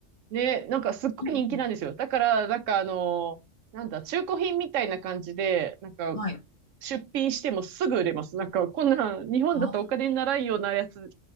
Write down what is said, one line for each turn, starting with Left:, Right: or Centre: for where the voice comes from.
Right: ね、なんかすっごい人気なんですよ。
Left: うんうん
Right: だから、なんかあのーなんだ、中古品みたいな感じで、なんか
Left: はい。
Right: 出品してもすぐ売れます。なんか、こんな日本だとお金にならんようなやつ、
Left: あ